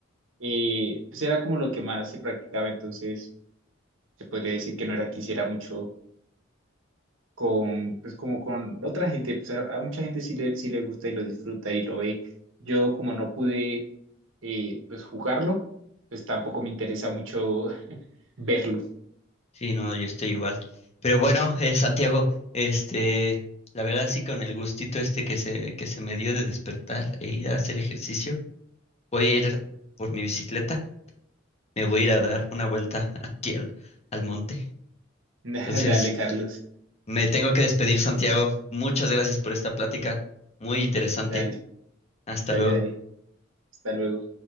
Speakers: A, on the right (about 80°); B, on the left (about 35°).
A: Y pues era como lo que más se practicaba, entonces se podría decir que no era que hiciera mucho con, pues como con otra gente, pues a, a mucha gente sí le, sí le gusta y lo disfruta y lo ve. Yo como no pude eh, pues jugarlo, pues tampoco me interesa mucho verlo.
B: Sí, no, yo estoy igual. Pero bueno, eh, Santiago, este, la verdad sí con el gustito este que se, que se me dio de despertar e ir a hacer ejercicio, voy a ir por mi bicicleta, me voy a ir a dar una vuelta <laughs> aquí al, al monte.
A: <laughs>
B: Entonces,
A: Dale, Carlos.
B: me tengo que despedir, Santiago. Muchas gracias por esta plática, muy interesante.
A: Dale,
B: Hasta
A: dale,
B: luego.
A: dale. Hasta luego.